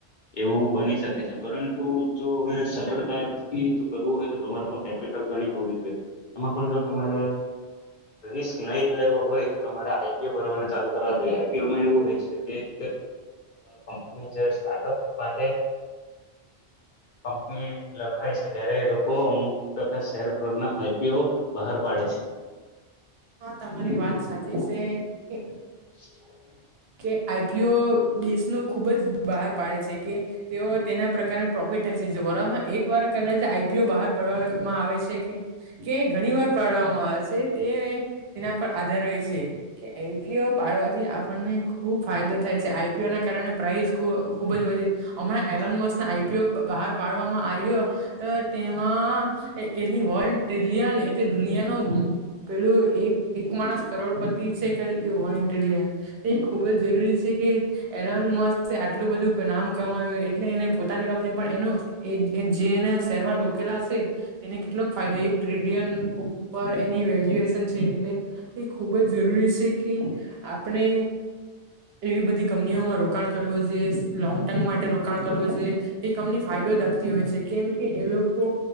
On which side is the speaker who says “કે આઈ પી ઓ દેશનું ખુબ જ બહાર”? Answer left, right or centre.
Right